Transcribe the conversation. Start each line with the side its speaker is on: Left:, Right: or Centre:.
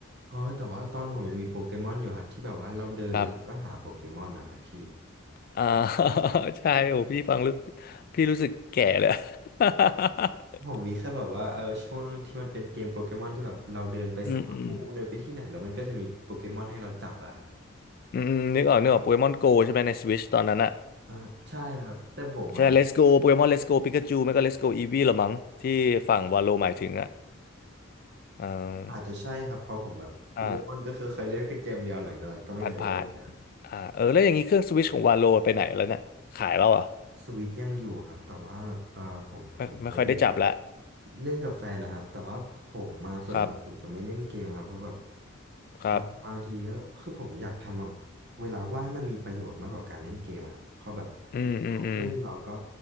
Right: อ๋อแต่ว่าตอนผมยังมีโปเกมอนอยู่ครับที่แบบว่าเราเดินแล้วเราก็หาโปเกมอนนะครับพี่
Left: ครับ อ่า <laughs> ใช่โอ้พี่ฟังแล้ว
Right: ที่แบบ
Left: พี่รู้สึกแก่เลย <laughs>
Right: ผมมีแค่แบบว่าเออช่วงที่มันเป็นเกมโปเกมอนที่แบบเราเดินไปสัมภภูมิเดินไปที่ไหนแล้วมันก็จะมีโปเกมอนให้เราจับอะครับ
Left: อืมอืมอืมอืมนึกออกนึกออกโปเกมอนโกใช่ไหมในสวิชตอนนั้นอะ
Right: อ่าใช่ครับแต่ผมอ่ะ
Left: ใช่ Let's Go โปเกมอน Let's Go ปิกาจูไม่ก็ Let's Go Eevee ละมั้งที่ฝั่งวาโลหมายถึงอะอ่า
Right: อาจจะใช่ครับเพราะผมแบบโปเกมอนก็คือเคยเล่นแค่เกมเดียวหลังจากนั้นก็ไม่เคยเล่นแล้ว
Left: อ่าผ่านผ่านอ่าเออแล้วอย่างนี้เครื่องสวิชของวาโลไปไหนแล้วเนี่ยขายแล้วเหรอ่ะ
Right: สวิตยังอยู่ครับแต่ว่าแบบเออผมผมไว้เล่นกับ
Left: ไม่ไม่ค่อยได้จับละ
Right: เล่นกับแฟนนะครับแต่ว่าผมมาส่วนมากผมจะไม่เล่นเกมครับเพราะแบบ
Left: ครับครับ
Right: อ่าบางทีก็คือผมอยากทำอะเวลาว่างให้มันมีประโยชน์มากกว่าการเล่นเกมอะเพราะแบบเราโตขึ้นเราก็
Left: อืมอืมอืม